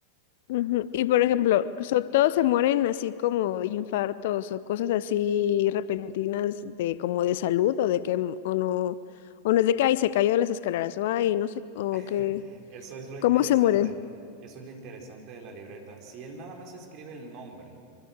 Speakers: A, on the left (about 55°); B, on the right (about 40°).
A: Ujú. Y por ejemplo, so- todos se mueren así como de infartos o cosas así repentinas de como de salud o de que m- o no o no es de que ay se cayó de las escaleras o ay no sé o
B: <laughs>
A: que
B: Eso es lo
A: cómo
B: interesante.
A: se mueren.
B: Eso es lo interesante de la libreta. Si él nada más escribe el nombre,